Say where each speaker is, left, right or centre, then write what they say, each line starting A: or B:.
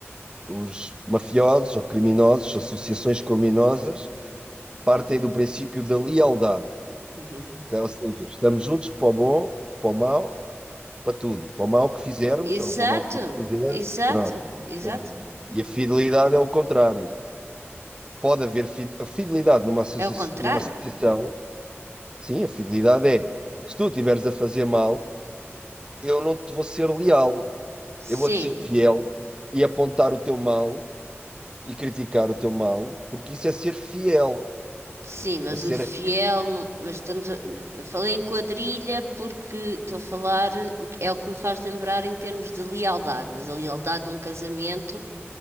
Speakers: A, on the right; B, on the right.
A: Os mafiosos ou criminosos, associações criminosas, partem do princípio da lealdade,
B: Uhum.
A: que, ou seja, estamos juntos para o bom, para o mau, para tudo, para o mal que fizermos
B: Exato,
A: ou para o mal que nos fizer,
B: exato,
A: pronto.
B: exato.
A: Estamos... E a fidelidade é o contrário. Pode haver fi... a fidelidade numa, associa...
B: É o contrário?
A: numa associação, sim, a fidelidade é se tu estiveres a fazer mal, eu não te vou ser leal,
B: Sim,
A: eu vou-te ser fiel e apontar o teu mal e criticar o teu mal, porque isso é ser fiel,
B: sim, mas
A: é ser
B: o fiel. não- mas estamos a- eu falei em quadrilha porque estou a falar, o que- é o que me faz lembrar em termos de lealdade, mas a lealdade num casamento.